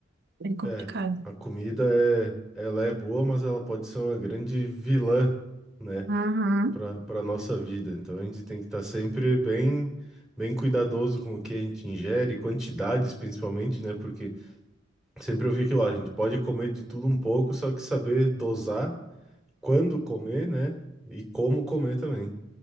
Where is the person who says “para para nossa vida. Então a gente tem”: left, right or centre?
Centre